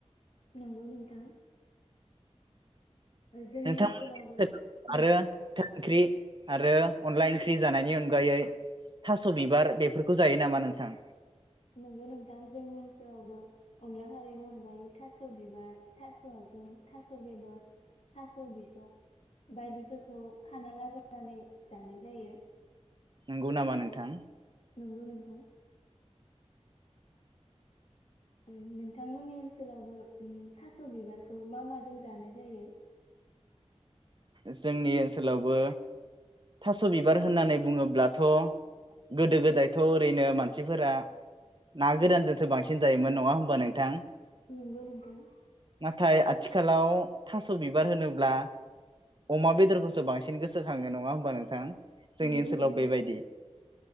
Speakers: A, on the left (about 60°); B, on the right (about 45°).
A: नंगौ नोंथां। ओ, जोंनि
B: नोंथां
A: ओनसोलावबो
B: <unintelligible>
A: नों-
B: आरो फिथाइ ओंख्रि आरो अनला ओंख्रि जानायनि अनगायै थास बिबार बेफोरखौ जायो नामा नोंथां?
A: नंगौ नोंथां जोंनि ओनसोलावबो अनला खारिनि अनगायै थास बिबार, थास आथिं, थास बेदर, थास बिसं बायदिफोरखौ खाना लाबोनानै जानाय जायो।
B: नंगौ नामा नोंथां।
A: नंगौ नोंथां। नोंथांमोननि ओनसोलावबो थास बिबारखौ मा माजों जानाय जायो?
B: जोंनि ओनसोलावबो थास बिबार होननानै बुङोब्लाथ। गोदो गोदायथ। ओरैनो मानसिफोरा। ना गोरानजोंसो बांसिन बांसिन जायोमोन नङा होमबा नोंथां।
A: नंगौ नोंथां।
B: थाय आथिखालाव थास' बिबार होनोब्ला? अमा बेदरखौसो बांसिन गोसोखाङो नङा होमबा नोंथां। जोंनि
A: नंगौ
B: ओनसोलाव
A: नोंथां
B: बेबायदि